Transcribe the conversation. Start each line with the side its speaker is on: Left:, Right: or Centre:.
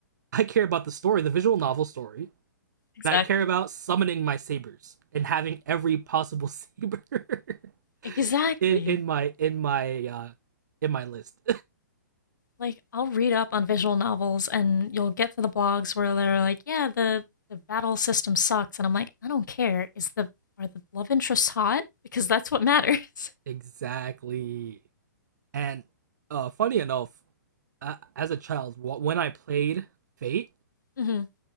Right: I care about the story, the visual novel story,
Left: Exactly.
Right: and I care about summoning my sabers and having every possible saber <laughs>
Left: Exactly.
Right: in, in my in my uh in my list.
Left: Like, I'll read up on visual novels and you'll get to the blogs where they're like, yeah, the, the battle system sucks. And I'm like, I don't care. Is the, are the love interests hot? Because that's what matters.
Right: <laughs>
Left: <laughs>
Right: exactly. And uh funny enough, uh, as a child, when I played Fate
Left: hmm